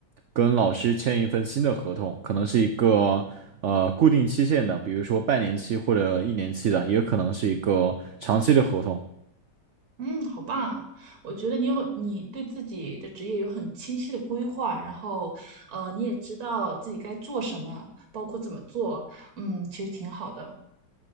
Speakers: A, on the right (about 70°); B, on the right (about 55°).
A: 跟老师签一份新的合同，可能是一个呃固定期限的，比如说半年期或者一年期的，也有可能是一个长期的合同。
B: 嗯，好棒啊！我觉得你有你对自己的职业有很清晰的规划，然后，呃，你也知道自己该做什么，包括怎么做，嗯，其实挺好的。